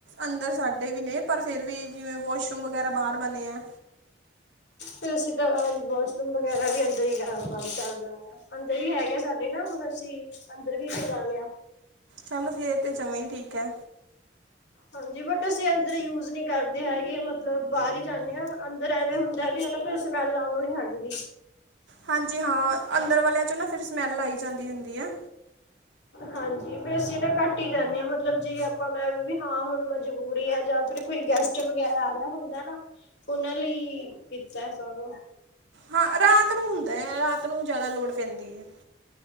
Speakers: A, on the right; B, on the left.
A: ਅੰਦਰ ਸਾਡੇ ਸਾਡੇ ਵੀ ਨੇ ਪਰ ਫਿਰ ਵੀ ਜਿਵੇਂ ਵਾਸ਼ਰੂਮ ਵਗੈਰਾ ਬਾਹਰ ਬਣੇ ਐ।
B: ਫਿਰ ਅਸੀਂ ਤਾਂ ਵਾਸ਼ਰੂਮ ਵਗੈਰਾ ਵੀ ਅੰਦਰ ਹੀ ਬੰ ਕਰ ਲੈਂਦੇ ਹਾਂ ਅੰਦਰ ਵੀ ਹੈਗੇ ਸਾਡੇ ਨਾ ਹੁਣ ਅਸੀਂ ਅੰਦਰ ਵੀ ਕਰਵਾ ਲਿਆ।
A: ਚੱਲ ਫੇਰ ਤੇ ਚਵਾਂ ਹੀ ਠੀਕ ਐ।
B: ਹਾਂਜੀ ਬਟ ਅਸੀਂ ਅੰਦਰ ਯੂਜ ਨਹੀਂ ਕਰਦੇ ਹੈਗੇ ਮਤਲਬ ਬਾਹਰ ਹੀ ਜਾਂਦੇ ਹਾਂ ਅੰਦਰ ਐਵੇਂ ਹੁੰਦਾ ਵੀ ਹਨਾ ਫਿਰ ਸਮੈਲ ਆਉਣ ਨੂੰ ਨੀ ਹਟਦੀ।
A: ਹਾਂਜੀ ਹਾਂ ਅੰਦਰ ਵਾਲਿਆਂ 'ਚ ਨਾ ਫਿਰ ਸਮੈਲ ਆਈ ਜਾਂਦੀ ਹੁੰਦੀ ਆ।
B: ਹਾਂਜੀ ਫਿਰ ਅਸੀਂ ਇਹ ਨਾ ਘੱਟ ਹੀ ਜਾਂਦੇ ਹਾਂ ਮਤਲਬ ਜੇ ਆਪਾਂ ਨਾਲ ਦੀ ਹਾਂ ਹੁਣ ਮਜਬੂਰੀ ਹੈ ਜਾਂ ਫਿਰ ਕੋਈ ਗੈਸਟ ਵਗੈਰਾ ਆ ਰਿਹਾ ਹੁੰਦਾ ਨਾ ਉਹਨਾਂ ਲਈ ਕੀਤਾ ਸਭ
A: ਹਾਂ ਰਾਤ ਨੂੰ ਹੁੰਦਾ ਹੈ ਰਾਤ ਨੂੰ ਜ਼ਿਆਦਾ ਲੋੜ ਪੈਂਦੀ ਏ।